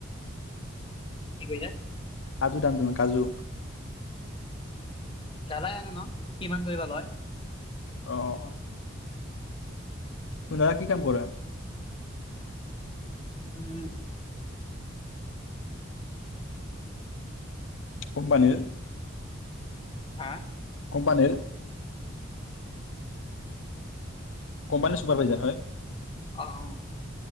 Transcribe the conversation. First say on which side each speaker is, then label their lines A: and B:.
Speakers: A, on the left (about 25°); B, on the left (about 70°).
A: কি কৈছা?
B: কাজু দাম ধোন কাজু?
A: দাদাই আনে ন? কিমান কৰিব লয়?
B: অহ - অহ তোমাৰ দাদা কি কাম কৰে?
A: উম
B: কোম্পানীৰ
A: হাহ
B: কোম্পানীৰ কোম্পানীৰ চুপাৰ ভাইজাৰ হয়।
A: অহ ',